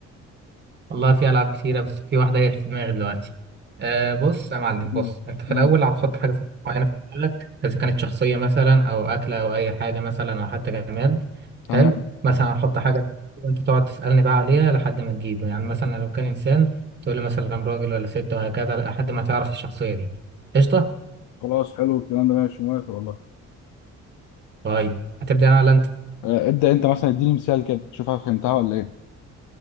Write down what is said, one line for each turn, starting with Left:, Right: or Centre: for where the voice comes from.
Right: والله في العاب كتيره بس في واحده هي اللي في دماغي دلوقتي أه بص يا معلم بص
Left: امم
Right: انت في
Left: امم
Right: الاول هتحط حاجه معينه في دماغك اذا كانت شخصيه مثلا او اكله او اي حاجه مثلا او حتى جماد
Left: تمام
Right: حلو مثلا هحط حاجه وانت تقعد تسالني بقى عليها لحد ما تجيب يعني مثلا لو كان انسان تقول لي مثلا راجل ولا ست وهكذا لحد ما تعرف الشخصيه دي قشطه
Left: خلاص حلو الكلام ده ماشي موافق والله
Right: طيب هتبدا انا ولا انت
Left: آه، ابدأ انت مثلا اديني مثال كده شوف أنا فهمتها ولا ايه